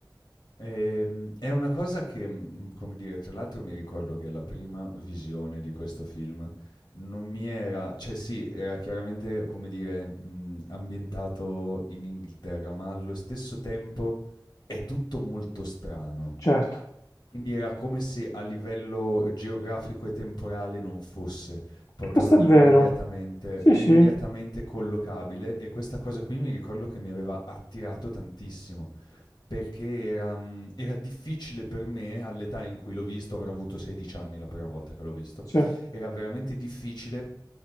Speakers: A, on the left; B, on the left.
A: Ehm, è una cosa che, mhmm, come dire, tra l'altro mi ricordo che la prima visione di questo film non mi era cioè sì, era chiaramente, come dire, mhmm, ambientato in Inghilterra, ma allo stesso tempo è tutto molto strano.
B: Certo,
A: Quindi era come se a livello geografico e temporale non fosse proprio
B: questo è
A: immediatamente
B: vero. Sì,
A: immediatamente
B: sì,
A: collocabile e questa cosa qui mi ricordo che mi aveva attirato tantissimo. Perché era, mhmm, era difficile per me, all'età in cui l'ho visto, avrò avuto 16 anni la prima volta che l'ho visto,
B: sì.
A: era veramente difficile